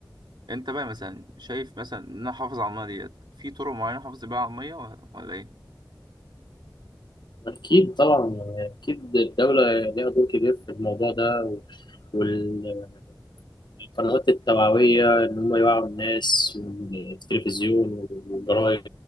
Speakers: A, on the right; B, on the left.
A: أنت بقى مثلا شايف مثلا إن أنا أحافظ على المية ديت في طرق معينة أحافظ بيها على المية ولا ولا إيه؟
B: أكيد طبعا يعني أكيد الدولة ليها دور كبير في الموضوع ده وال- والقنوات التوعوية إن هم يوعوا الناس والتلفزيون والجرايد